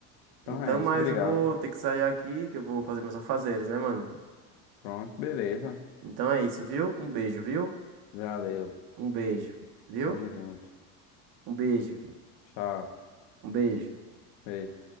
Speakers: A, on the left; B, on the right.
A: Então
B: Então,
A: é
B: mas
A: isso, obrigado.
B: eu vou ter que sair aqui, que eu vou fazer meus afazeres, né, mano?
A: Pronto, beleza.
B: Então é isso, viu? Um beijo, viu?
A: Valeu.
B: Um beijo, viu?
A: Tamo junto.
B: Um beijo,
A: Tchau.
B: um beijo.
A: Beijo.